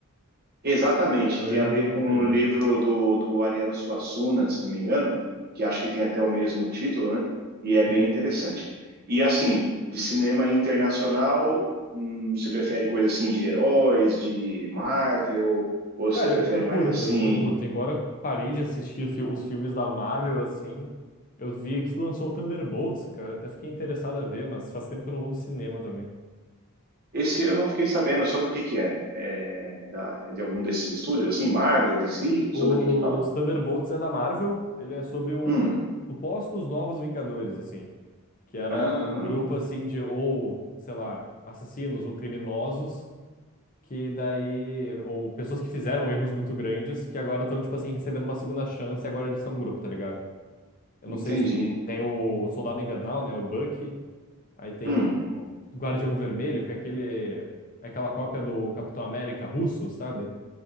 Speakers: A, on the right; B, on the left.
A: Exatamente,
B: Era
A: tem
B: um livro
A: a ver
B: que virou
A: com
B: um filme.
A: o livro do, do Ariano Suassuna, se não me engano, que acho que tem até o mesmo título, né? E é bem
B: Sim.
A: interessante. E assim, de cinema internacional, hum, você prefere coisa assim de heróis, de Marvel, ou
B: Cara,
A: você prefere
B: eu, eu
A: mais
B: curto,
A: assim?
B: eu curto. Embora parei de assistir fi- os filmes da Marvel, assim, eu vi que lançou o Thunderbolts, cara. Até fiquei interessado a ver, mas faz tempo que eu não vou no cinema também.
A: Esse eu não fiquei sabendo sobre o que que é. É, da, é de algum desses estúdios, assim, Marvel, DC,
B: o
A: sobre o que que fala?
B: Thunderbolts é da Marvel, ele é sobre o
A: Hum.
B: supostos novos Vingadores, assim. que era
A: Ah,
B: um grupo assim de ou, sei lá, assassinos ou criminosos que daí ou pessoas que fizeram erros muito grandes que agora estão tipo assim recebendo uma segunda chance e agora eles são um grupo, tá ligado? Eu
A: entendi.
B: não sei se tem o Soldado Invernal, né, o Bucky, aí tem
A: Hum.
B: o o Guardião Vermelho, que é aquele é aquela cópia do Capitão América russo, sabe?